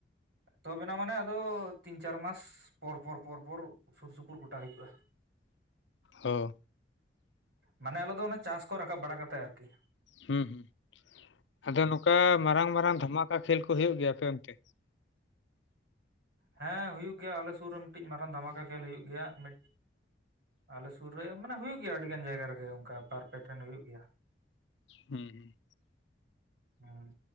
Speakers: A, on the right; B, on the left.
A: ᱮᱛᱚᱦᱚᱵ ᱮᱱᱟ ᱢᱟᱱᱮ ᱟᱫᱚ ᱛᱤᱱ ᱪᱟᱨ ᱢᱟᱥ ᱯᱚᱨ ᱯᱚᱨ ᱯᱚᱨ ᱯᱚᱨ ᱥᱩᱨ ᱥᱩᱯᱩᱨ ᱜᱚᱴᱟ ᱦᱩᱭᱩᱜᱼᱟ᱾
B: ᱦᱳ,
A: ᱢᱟᱱᱮ ᱟᱞᱮ ᱫᱚ ᱚᱱᱟ ᱪᱟᱥ ᱠᱚ ᱨᱟᱠᱟᱵ ᱵᱟᱲᱟ ᱠᱟᱛᱮ ᱟᱨᱠᱤ᱾
B: ᱦᱩᱸ ᱦᱩᱸ, ᱟᱫᱚ ᱱᱚᱝᱠᱟ ᱢᱟᱨᱟᱝ ᱢᱟᱨᱟᱝ ᱫᱷᱟᱢᱟᱠᱟ ᱠᱷᱮᱞ ᱠᱚ ᱦᱩᱭᱩᱜ ᱜᱮᱭᱟ ᱟᱯᱮ ᱚᱱᱛᱮ?
A: ᱦᱮᱸ ᱦᱩᱭᱩᱜ ᱜᱮᱭᱟ ᱟᱞᱮ ᱥᱩᱨ ᱨᱮ ᱢᱤᱫᱴᱤᱡ ᱢᱟᱨᱟᱝ ᱫᱷᱟᱢᱟᱠᱟ ᱠᱷᱮᱞ ᱦᱩᱭᱩᱜ ᱜᱮᱭᱟ ᱢᱤᱫ ᱟᱞᱮ ᱥᱩᱨ ᱨᱮ ᱢᱟᱱᱮ ᱦᱩᱭᱩᱜ ᱜᱮᱭᱟ ᱟᱹᱰᱤ ᱜᱟᱱ ᱡᱟᱭᱜᱟ ᱨᱮᱜᱮ ᱚᱱᱠᱟ ᱵᱟᱨ ᱯᱮ ᱴᱷᱮᱱ ᱦᱩᱭᱩᱜ ᱜᱮᱭᱟ ᱾
B: ᱦᱩᱸ ᱦᱩᱸ
A: ᱦᱩᱸ